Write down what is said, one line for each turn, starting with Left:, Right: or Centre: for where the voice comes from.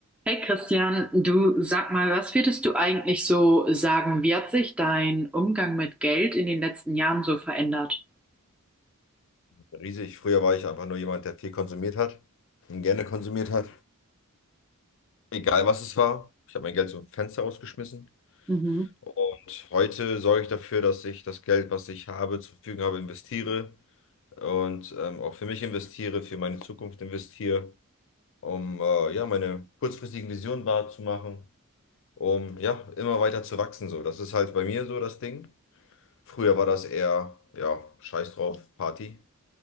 Centre: Hey Christian, du sag mal, was würdest du eigentlich so sagen? Wie hat sich dein Umgang mit Geld in den letzten Jahren so verändert?
Left: Riesig. Früher war ich einfach nur jemand, der viel konsumiert hat und gerne konsumiert hat. Egal was es war. Ich habe mein Geld zum Fenster rausgeschmissen.
Centre: Mhm,
Left: Und heute sorge ich dafür, dass ich das Geld, was ich habe, zur Verfügung habe, investiere und ähm, auch für mich investiere, für meine Zukunft investiere, um äh, ja, meine kurzfristigen Visionen wahrzumachen, um ja, immer weiter zu wachsen. So. Das ist halt bei mir so das Ding. Früher war das eher, ja, scheiß drauf, Party.